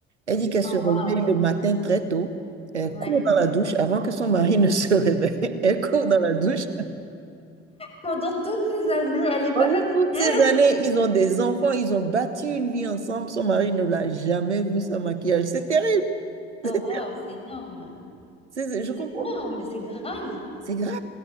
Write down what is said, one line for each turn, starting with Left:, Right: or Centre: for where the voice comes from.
Right: Elle dit qu'elle se réveille
Left: Wow.
Right: le matin très tôt. Elle
Left: Ouais.
Right: court dans la douche avant que son mari <laughs> ne se réveille. <laughs> Elle court dans la douche.
Left: Pendant toutes ces années, elle n'est
Right: Pendant
Left: pas fatiguée.
Right: toutes ces années, ils ont des enfants, ils ont bâti une vie ensemble. Son mari ne l'a jamais vue sans maquillage. C'est terrible.
Left: Oh
Right: <laughs>
Left: wow, c'est énorme.
Right: C'est- c'est-
Left: C'est
Right: je comprends
Left: énorme,
Right: pas.
Left: c'est grave.
Right: C'est grave.